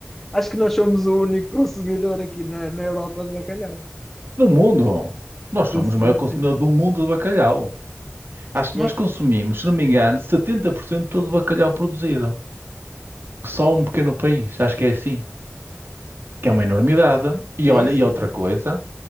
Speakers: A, in the centre; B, on the right.
A: Acho que nós somos o único consumidor aqui na, na Europa de bacalhau.
B: No mundo, nós
A: Consumimos,
B: somos o maior consumidor
A: sim.
B: do mundo de bacalhau. Acho que
A: E
B: nós
A: aí?
B: consumimos, se não me engano, 70% de todo o bacalhau produzido. Só um pequeno país, acho que é assim.
A: É.
B: Que é uma enormidade. E
A: Sim,
B: olha,
A: sim,
B: e outra
A: sim.
B: coisa,